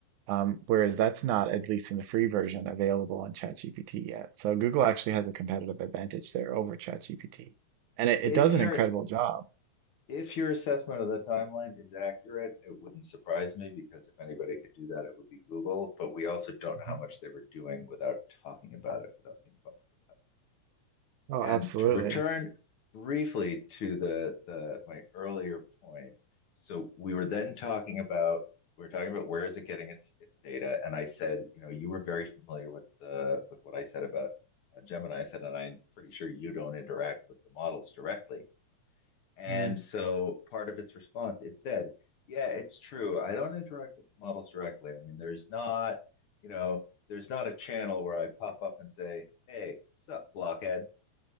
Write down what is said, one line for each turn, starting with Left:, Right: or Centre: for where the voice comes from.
Right: um, whereas that's not, at least in the free version, available on ChatGPT yet. So Google actually has a competitive advantage there over ChatGPT. And it,
Left: If
Right: it does
Left: you're
Right: an incredible job.
Left: If your assessment of the timeline is accurate, it wouldn't surprise me because if anybody could do that, it would be Google. But we also don't
Right: Mhm.
Left: know how much they were doing without talking about it, without being public about
Right: Oh,
Left: it. And
Right: absolutely.
Left: to return briefly to the, the my earlier point, so we were then talking about we were talking about where is it getting its its data, and I said, you know, you were very familiar with the with what I said about uh, Gemini. I said, and I'm pretty sure you don't interact with the models directly. And
Right: Mm.
Left: so part of its response, it said, yeah, it's true. I don't interact with the models directly. I mean, there's not, you know, there's not a channel where I pop up and say, hey, sup, blockhead.